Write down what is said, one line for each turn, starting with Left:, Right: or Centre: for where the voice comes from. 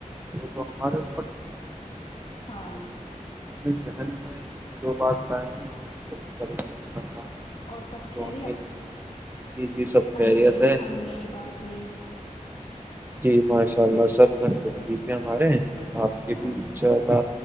Right: تو ہمارےوپ
Left: ہاں
Right: اپنے شہر میں جو بات کرائیں گے توب کریں گے اننشاء اللہ
Left: اور سب
Right: تو
Left: خریت
Right: ہمیں جی جی سب خیریت
Left: امی
Right: ہے
Left: امی بجی
Right: جی ماشاء اللہ سب گھر پہ ٹھیک ہے ہمارے آپ کے بھی
Left: اچھا
Right: انشاء اللہ